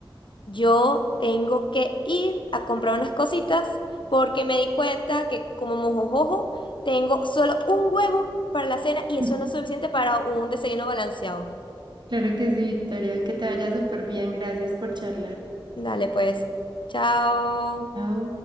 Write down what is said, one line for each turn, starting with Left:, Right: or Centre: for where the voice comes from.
Left: Yo tengo que ir a comprar unas cositas porque me di cuenta que como mojojojo, tengo solo un huevo para la cena y eso
Right: <laughs>
Left: no es suficiente para un desayuno balanceado.
Right: Claro que sí, Victoria. Que te vaya súper bien. Gracias por charlar.
Left: Dale, pues. Chao.
Right: Chao.